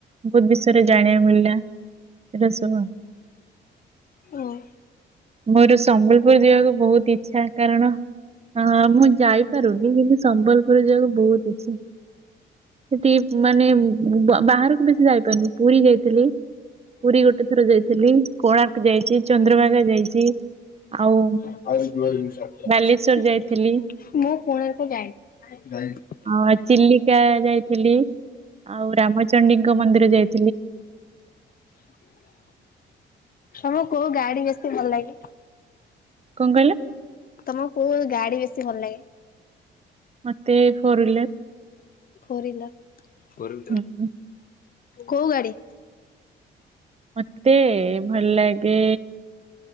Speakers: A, on the right; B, on the left.
A: ବହୁତ ବିଷୟରେ ଜାଣିବା ମିଳିଲା ସେଟ ସ <inaudible>
B: ଓହୋ।
A: ମୋର ସମ୍ବଲପୁର ଯିବାକୁ ବହୁତ ଇଛା କାରଣ ମୁଁ। ଯାଇପାରୁନି କିନ୍ତୁ ସମ୍ବଲପୁର ଯିବାକୁ ବହୁତ ଇଚ୍ଛା। ସେଠି ମାନେ ବାହାରକୁ ବେଶି ଯାଇପାରୁନି ପୁରୀ ଯାଇଥିଲି। ପୁରୀ ଗୋଟେ ଥର ଯାଇଥିଲି କୋଣାର୍କ ଯାଇଛି ଚନ୍ଦ୍ରଭାଗା ଯାଇଛି ଆଉ।
B: ମୁଁ
A: ବାଲେଶ୍ଵର
B: କୋଣାର୍କ
A: ଯାଇଥିଲି
B: ଯାଇନି।
A: ହଁ ଚିଲିକା ଯାଇଥିଲି ଆଉ ରାମଚଣ୍ଡୀଙ୍କ ମନ୍ଦିର ଯାଇଥିଲି।
B: ସବୁ କୋହୁ ଗାଡି ବେଶୀ ଭଲ ଲାଗେ।
A: କଣ କହିଲା?
B: ତମ କୋଉ ଗାଡି ବେଶୀ ଭଲ ଲାଗେ?
A: ମତେ କରିଲେ।
B: କୋଉ
A: ହୁଁ
B: ଗାଡ଼ି।
A: ମତେ ଭଲ ଲାଗେ